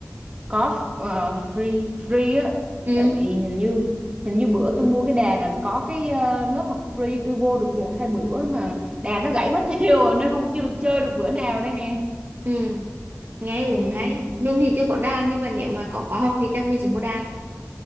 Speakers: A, on the right (about 20°); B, on the right (about 40°).
A: có f- ờ, free free á
B: ừ
A: tại vì hình như hình như bữa tôi mua cái đà là có cái ờ, lớp học free tôi vô được một hai bữa mà đà nó gãy mất <laughs> tiêu rồi nên không chưa được chơi được bữa nào đây nè
B: Ừ, nghe
A: ừ.
B: cũng hay. Mình thì chưa có đàn nhưng mà nếu mà có khóa học thì chắc mình sẽ mua đàn,